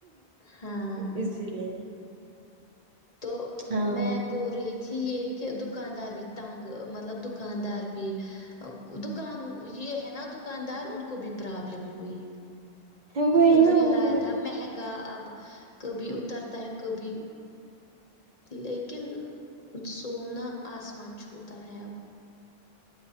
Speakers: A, on the left; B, on the right.
A: ہاں
B: اسی لیے
A: تو
B: ہاں
A: میں بول رہی تھی یہ کہ دکاندار بھی تنگ مطلب دکاندار بھی دکان یہ ہے نا دکاندار ان کو بھی پرابلم ہوئی
B: وہی
A: انہوں
B: نا
A: نے
B: ان
A: لایا
B: کو بھی
A: تھا مہنگا اب کبھی اترتا ہے کبھی لیکن سونا آسمان چھوتا ہے اب